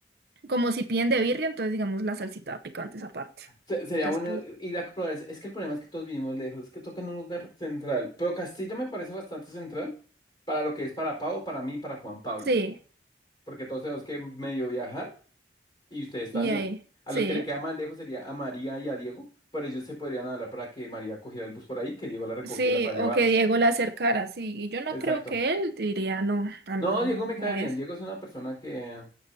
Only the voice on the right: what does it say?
como si piden de birria, entonces, digamos, la salsita picante es aparte.
Entonces,
pues,
sí,
y ahí,
sí.
Sí,
o que Diego la acercara, sí. Y yo no
creo que él diría, no, amigo,
no,
no voy
a hacer.